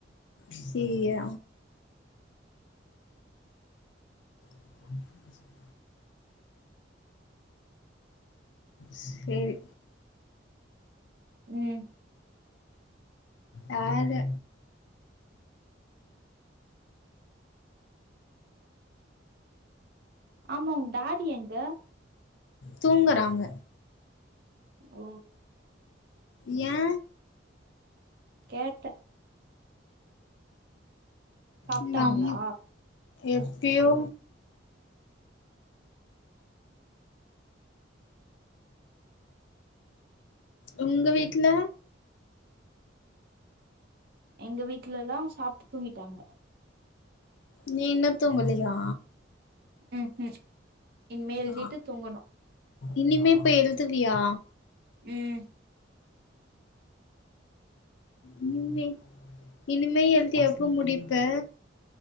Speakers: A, on the left; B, on the right.
A: சீய <unintelligible> சேரி
B: ம்
A: யாரு
B: ஆமா உங் டாடி எங்க
A: தூங்கறாங்க
B: ஓ
A: யே
B: கேட்டே சாப்ட்டாங்களா
A: ம் அம் எப்பியோ உங்க வீட்ல
B: எங்க வீட்லெல்லா சாப்ட்டு தூங்கிட்டாங்க
A: நீ இன்னு தூங்கலியா
B: ம் ம் இன்மே எழுதிட்டு
A: ஆ
B: தூங்கணு
A: இனிமே போய் எழ்துவியா
B: ம்
A: இனிமே இனிமே எழுதி எப்போ முடிப்ப